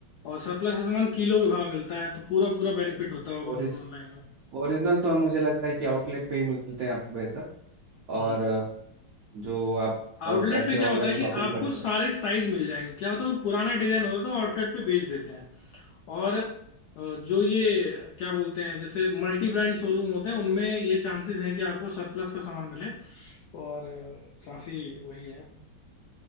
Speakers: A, on the left; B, on the right.
A: और सरप्लस का सामान किलो के भाव मिलता है तो पूरा पूरा बेनिफिट होता होगा
B: ओरिज
A: उनको ऑनलाइन में
B: ओरिजिनल तो हम मुझे लगता है कि आउटलेट पे ही मिलते हैं आपको बेहतर
A: हम्म
B: और अ, जो आप
A: आउटलेट
B: अ, ऐसे
A: पे क्या
B: ऑनलाइन
A: होता है कि
B: शॉपिंग
A: आपको
B: करते
A: सारे
B: हो
A: साइज मिल जाएंगे क्या होता है पुराना डिजाइन होता है तो आउटलेट पे बेच देते हैं और अ, जो ये क्या बोलते हैं जैसे मल्टी ब्रांड शोरूम होते हैं उनमें ये चांसेस हैं कि आपको सरप्लस का सामान मिले और अ, काफी वही है